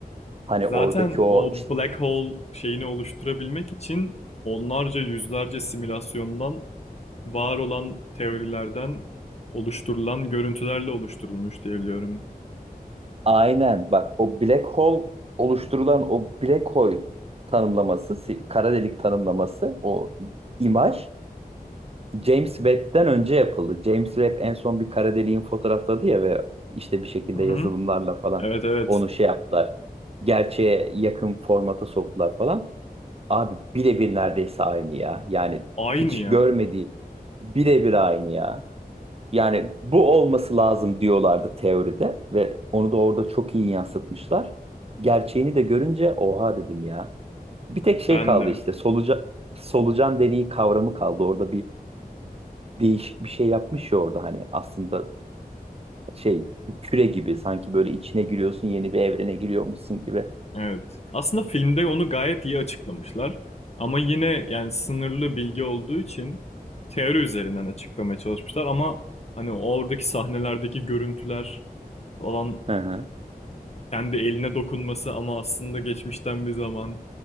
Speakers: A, on the right (about 40°); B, on the left (about 45°).
A: Hani
B: Zaten
A: oradaki o
B: o
A: işte,
B: black hole şeyini oluşturabilmek için onlarca yüzlerce simülasyondan var olan teorilerden oluşturulan görüntülerle oluşturulmuş diye biliyorum.
A: Aynen bak o black hole oluşturulan o black hole tanımlaması, si- kara delik tanımlaması o imaj James Webb'den önce yapıldı. James Webb en son bir kara deliğin fotoğrafladı ya ve işte bir şekilde
B: Hı
A: yazılımlarla
B: hı.
A: falan
B: Evet evet.
A: onu şey yaptılar. Gerçeğe yakın formata soktular falan. Abi birebir neredeyse aynı ya. Yani
B: Aynı
A: hiç
B: ya.
A: görmediği birebir aynı ya. Yani bu olması lazım diyorlardı teoride ve onu da orada çok iyi yansıtmışlar. Gerçeğini de görünce oha dedim ya. Bir tek
B: Ben
A: şey kaldı
B: de.
A: işte solucan, solucan deliği kavramı kaldı. Orada bir değişik bir şey yapmış ya orada hani aslında şey bir küre gibi sanki böyle içine giriyorsun yeni bir evrene giriyormuşsun gibi.
B: Evet. Aslında filmde onu gayet iyi açıklamışlar. Ama yine yani sınırlı bilgi olduğu için teori üzerinden açıklamaya çalışmışlar ama hani oradaki sahnelerdeki görüntüler falan
A: Hı hı,
B: kendi eline dokunması ama aslında geçmişten bir zaman